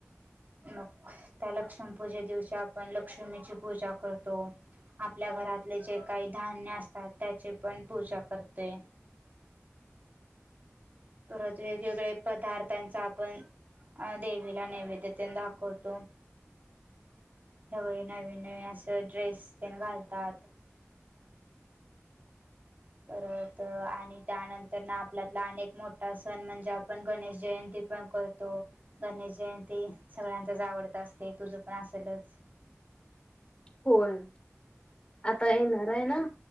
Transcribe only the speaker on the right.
मग त्या लक्ष्मी पूजे दिवशी आपण लक्ष्मीची पूजा करतो. आपल्या घरातले जे काही धान्य असतात, त्याची पण पूजा करतो. ते परत वेगवेगळे्या पदार्थांचा आपण अ देवीला नैवेद्य तेन दाखवतो सगळे नवीन नवीन असं ड्रेस तेन घालतात परत आणि त्यानंतर ना आपल्यातला अनेक मोठ सण म्हणजे आपण गणेश जयंती पण करतो, गणेश जयंती सगळ्यांचाच आवडतात अस तुझं पण असलच